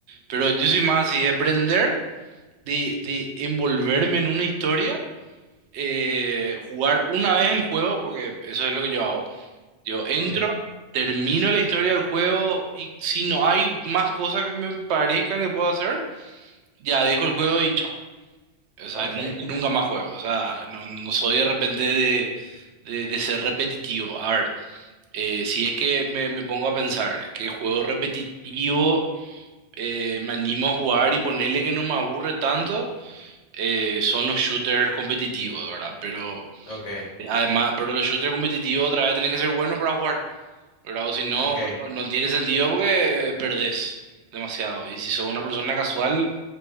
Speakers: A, on the right (about 70°); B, on the left (about 85°).
A: pero yo soy más así de aprender, de, de envolverme en una historia, eh, jugar una vez el juego, porque eso es lo que yo hago. Yo entro,
B: Ok,
A: termino la historia del juego y si no hay más cosas que me parezcan que puedo hacer, ya dejo el juego y chao. O sea,
B: ok,
A: nun- nunca más juego. O sea, no, no soy de repente de, de- de ser repetitivo. A ver, eh, si es que me, me pongo a pensar que juego repetitivo, eh, me animo a jugar y ponerle que no me aburre tanto, eh, son los shooters competitivos, ¿verdad? Pero
B: ok,
A: eh, además, pero los shooters competitivos otra vez tenés que ser bueno para jugar, ¿verdad? O si no,
B: ok.
A: no, no tiene sentido porque perdés demasiado. Y si sos una persona casual,